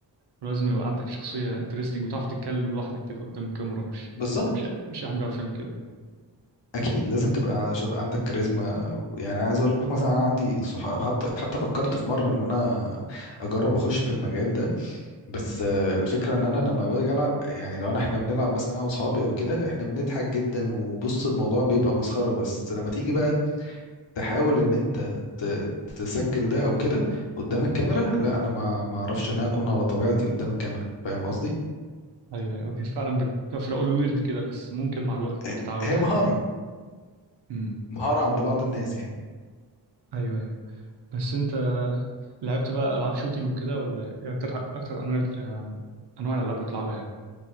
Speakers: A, on the right; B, on the left.
A: ولازم يبقى عندك شخصية انترستنج وتعرف تتكلم لوحدك كده قدام الكاميرا مش
B: بالظبط
A: مش مش أي حد بيعرف يعمل كده
B: اكيد لازم
A: مم.
B: تبقى ش- عندك كاريزما يعني عايز اقول لك مثلا انا عندي صح... حتى حتى فكرت في مرة ان انا اجرب اخش في المجال ده بس آه، الفكرة ان انا لما باجي العب يعني لو أنا- احنا بنلعب مثلا انا واصحابي او كده احنا بنضحك جدا وبص الموضوع بيبقى مسخرة بس لما تيجي بقى تحاول ان انت ت- تسجل ده او كده قدام الكاميرا لا انا ما ما اعرفش ان انا اكون على طبيعتي قدام الكاميرا فاهم قصدي
A: أيوه أيوه هي فعلا بتبقى في الأول ويرد كده بس ممكن مع الوقت
B: ه-
A: تتعود
B: هي
A: يعني
B: مهارة
A: مم.
B: مهارة عند بعض الناس يعني
A: أيوه أيوه بس أنت لعبت بقى ألعاب شوتينج وكده ولا إيه أكتر أكتر أنواع آم، أنواع الألعاب اللي بتلعبها يعني؟